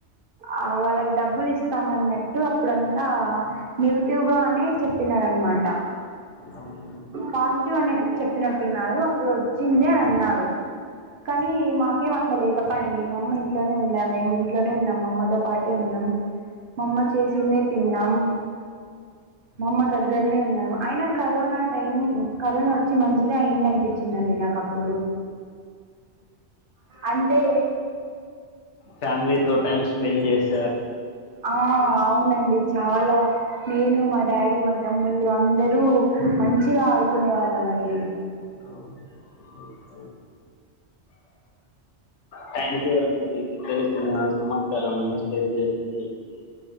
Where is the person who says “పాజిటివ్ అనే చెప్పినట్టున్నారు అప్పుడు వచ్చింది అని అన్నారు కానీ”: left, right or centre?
Right